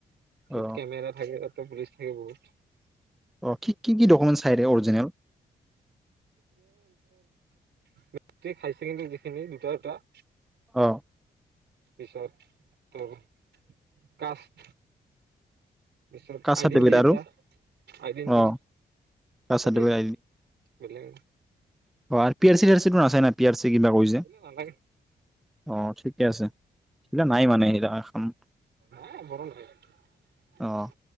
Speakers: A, on the right (about 75°); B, in the centre.
A: ফিত
B: অ
A: কেমেৰা থাকে। তাত পুলিচ থাকিব বহুত। <unintelligible>
B: অ' কি -কি -কি ডকুমেণ্টচ চাই ৰে অৰিজিনেল।?
A: <unintelligible> হাইছেকেণ্ডৰী দিছিলে দুটা এটা <unintelligible>
B: অহ,
A: পিছত? ত' কাষ্ট, পিছত
B: কাষ্ট
A: আইডেণ্টি
B: চাৰ্টিফিকেট
A: এটা
B: আৰু
A: আইডেন্টি।
B: অ কাষ্ট
A: সেইটোৱে
B: চাৰ্টিফিকেট
A: বোলে।
B: অহ, R P -R -C, C - R - C বোৰ আছে নাই পি - আৰ - চি? <unintelligible> কিবা কৰিছে
A: বেলেগ
B: অ,
A: নালাগে
B: ঠিকে আছে। <unintelligible> ইবিলাক নাই মানে এইবিলাক আঁ, <unintelligible>
A: আ, মৰ নাই। <unintelligible>
B: অ, '